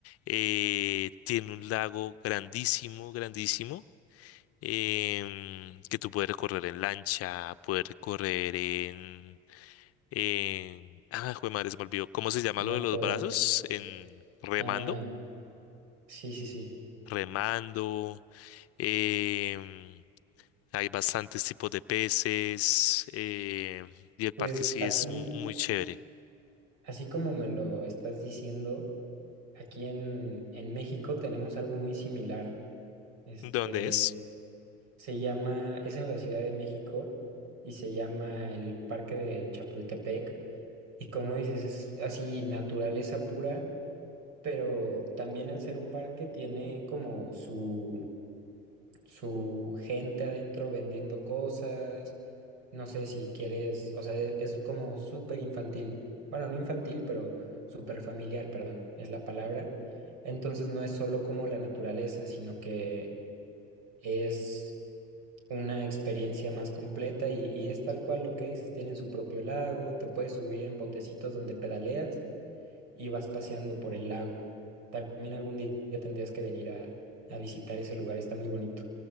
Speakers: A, on the left; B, on the right.
A: eh, tiene un lago grandísimo, grandísimo, em, que tú puedes recorrer en lancha, puedes recorrer en... en- Ah, jue madre, se me olvidó. ¿Cómo se llama
B: Moto.
A: lo de los brazos? En remando,
B: Ah, sí, sí, sí.
A: remando. em, hay bastantes tipos de peces eh, y el
B: Pues
A: parque sí
B: así,
A: es muy chévere.
B: así como me lo estás diciendo, aquí en, en México tenemos algo muy similar. Este,
A: ¿Dónde es?
B: se llama, es en la Ciudad de México y se llama el Parque de Chapultepec. Y como dices, es así naturaleza pura, pero también al ser un parque tiene como su su gente adentro vendiendo cosas. No sé si quieres, o sea, e- es, como súper infantil. Bueno, no infantil, pero súper familiar, perdón, es la palabra. Entonces no es solo como la naturaleza, sino que es una experiencia más completa y, y es tal cual lo que dices, tienen su propio lago, te puedes subir en botecitos donde pedaleas y vas paseando por el lago. También algún día tendrías que venir a, a visitar ese lugar, está muy bonito.